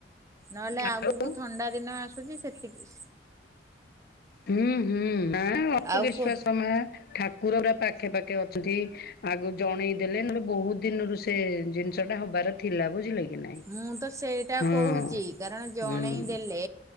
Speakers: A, on the right (about 20°); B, on the left (about 60°).
A: ନହେଲେ
B: ଆଉ
A: ଆଗକୁ ଥଣ୍ଡା ଦିନ ଆସୁଛି ସେତିକି।
B: ହୁଁ ହୁଁ ମା ଅଳ୍ପ
A: ଆଉ
B: ବିଶ୍ଵାସ
A: କୁ
B: ମା ଠାକୁର ପୁରା ପାଖେ ପାଖେ ଅଛନ୍ତି। ଆଗ ଜଣେଇ ଦେଲେ ନହେଲେ ବହୁତ ଦିନରୁ ସେ ଜିନିଷ ଟା ହବାର ଥିଲା ବୁଝିଲ କି? ନାଇଁ।
A: ମୁଁ ତ ସେଇଟା
B: ହଁ
A: କହୁଛି କାରଣ ଜଣେଇ
B: ହୁଁ
A: ଦେଲେ